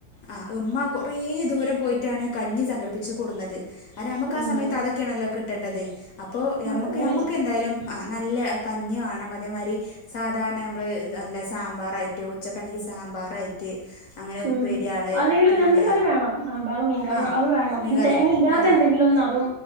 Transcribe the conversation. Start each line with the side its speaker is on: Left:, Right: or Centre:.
Left: ആ ഉമ്മ കുറേ ദൂരം പോയിട്ടാണ് കഞ്ഞി സംഘടിപ്പിച്ച് കൊണ്ടുന്നത്. അ നമുക്ക്
Right: ഉം
Left: ആ സമയത്ത് അതൊക്കെയണല്ലോ കിട്ട കിട്ടേണ്ടത്. അപ്പൊ
Right: അതന്നെയാണ്
Left: മ്മക്ക് മ്മക്ക് എന്തായാലും ആ നല്ല കഞ്ഞി വേണം, അതേമാതിരി സാധാരണ നമ്മൾ നല്ല സാമ്പാറായിട്ട് ഉച്ചകാണങ്കി സാമ്പാറായിട്ട് അങ്ങനെ ഉപ്പേരിയാൾ
Right: ഉം അല്ലെങ്കിൽ
Left: പിന്നെ
Right: രണ്ട് കറി വേണം. സാമ്പാറും മീൻകറിയും
Left: ആ
Right: അത് വേണം.
Left: മീൻ
Right: പിന്നെ
Left: കറി
Right: തേങ്ങ ഇല്ലാത്ത
Left: വേണം
Right: എന്തെങ്കിലും ഒന്നും അതും